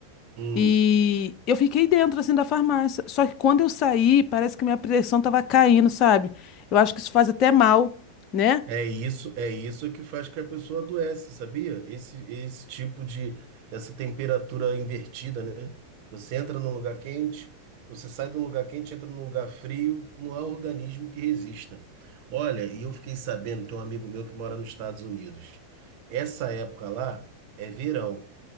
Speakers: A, on the right; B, on the left.
A: hum.
B: E eu fiquei dentro assim da farmácia. Só que quando eu saí, parece que minha pressão tava caindo, sabe? Eu acho que isso faz até mal, né?
A: É isso, é isso que faz que a pessoa adoece, sabia? Esse, esse tipo de, essa temperatura invertida, né? Você entra num lugar quente, você sai de um lugar quente, entra num lugar frio, não há organismo que resista. Olha, e eu fiquei sabendo, tem um amigo meu que mora nos Estados Unidos. Essa época lá é verão.